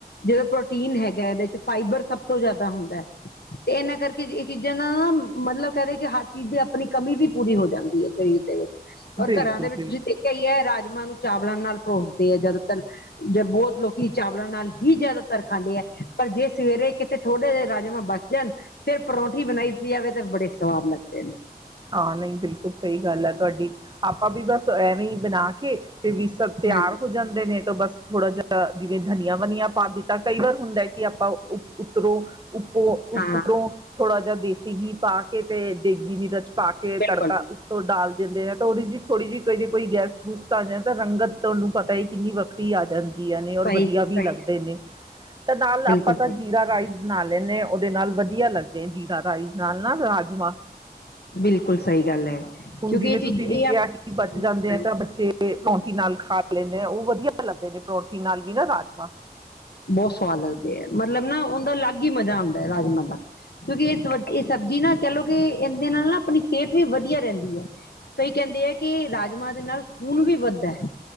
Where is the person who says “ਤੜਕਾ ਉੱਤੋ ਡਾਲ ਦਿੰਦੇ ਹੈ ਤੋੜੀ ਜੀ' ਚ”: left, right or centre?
Right